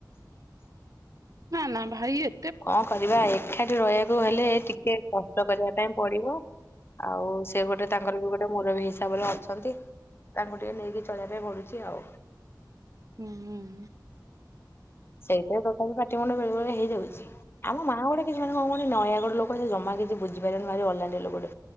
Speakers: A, on the right; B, on the left.
A: ନା ନା ଭାଇ ଏ
B: କଣ କରିବା ଏକାଠି ରହିବାକୁ ହେଲେ ଟିକେ କଷ୍ଟ କରିବା ପାଇଁ ପଡିବ। ଆଉ ସେ ଗୋଟେ ତାଙ୍କର ବି ଗୋଟେ ମୁରବୀ ହିସାବରେ ଅଛନ୍ତି। ତାଙ୍କୁ ଟିକେ ନେଇକି ଚଳିବା ପାଇଁ ପଡୁଛି ଆଉ।
A: ଉଁହୁଁ ହୁଁ।
B: ସେଇଥିରେ ତଥାପି ପାଟି ମୁୁଣ୍ଡ ବେଳେ ବେଳେ ହେଇଯାଉଚି। ଆମ ମାଆ ଗୋଟେ କିଛି ମାନେ କଁ କୁହନି ନୟାଗଡ ଲୋକୋ ସେ ଜମା କିଛି ବୁଝିପାରିବନି ଭାରି ଅଲାଣ୍ଡି ଲୋକୋଟେ।